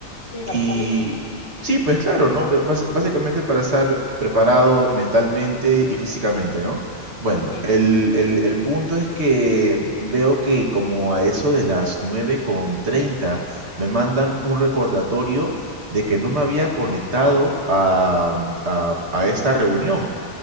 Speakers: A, on the left; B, on the right.
A: Sí, para
B: Y
A: estar listo.
B: sí, pues claro, ¿no? Ba- bas- Básicamente para estar preparado mentalmente y físicamente, ¿no? Bueno,
A: Sí.
B: el, el- el punto es que veo que como a eso de las nueve con treinta me mandan un recordatorio de que no me había conectado a, a a esta reunión.